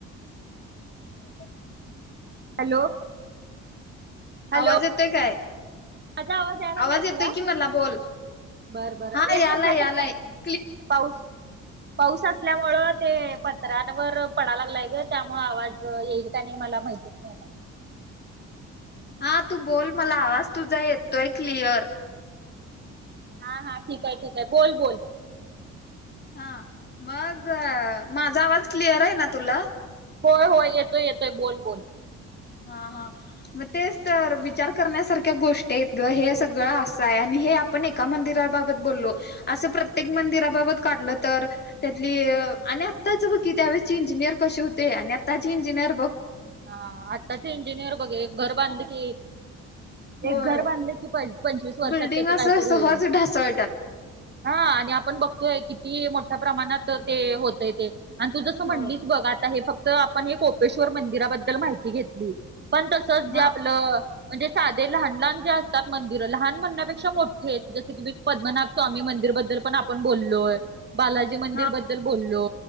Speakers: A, on the left; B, on the right.
A: <unintelligible>
B: हॅलो. हॅलो
A: आवाज येतोय काय?
B: माझा यायला
A: आवाज
B: लागला
A: येतोय
B: तुला
A: कि मला बोल
B: बरं बरं
A: हा
B: येत
A: यालाय
B: नसला
A: यालाय
B: तर सांग
A: की.
B: पाऊस. पाऊस असल्यामूळं ते पत्रांवर पडा लागलाय ग त्यामुळे आवाज येईल का नाही मला माहिती. तस नाही आता.
A: हा तू बोल मला आवाज तुझा येतोय क्लिअर.
B: हा हा ठीक आहे ठीक आहे बोल बोल.
A: हा मग माझा आवाज क्लिअर आहे ना तुला.
B: होय होय येतोय येतोय बोल बोल.
A: हा हा. मग तेच तर विचार करण्यासारख्या गोष्टी आहेत गं हे सगळं असं आहे आणि हे आपण. पण एका मंदिराबाबत बोललो असं प्रत्येक मंदिराबाबत काढलं तर? त्यातली आणि आत्ताच बघ की त्यावेळेची इंजिनियर कशी होते, आणि आत्ताची इंजिनियर बघ.
B: हा आत्ताच इंजिनियर बघ एक घर बांधले की
A: होय.
B: एक घर बांधले कि प पंचवीस वर्षात
A: बिल्डिंग
B: त्याच
A: असं
B: काहीतरी
A: सहज
B: हे.
A: ढासळतात.
B: हा आणि आपण बघतोय किती मोठ्या प्रमाणात ते होतय ते. आणि तू जसं म्हणलीस
A: होय.
B: बघ आता हे फक्त आपण हे कोपेश्वर मंदिराबद्दल माहिती घेतली पण तस तच
A: हा
B: जे आपलं म्हणजे साधे लहान लहान जे असतात मंदिरं लहान म्हणण्यापेक्षा मोठे. जस कि बी पद्मनाभ स्वामी मंदिर बद्दल पण आपण बोललोय.. बालाजी मंदिर
A: हा
B: बद्दल बोललो,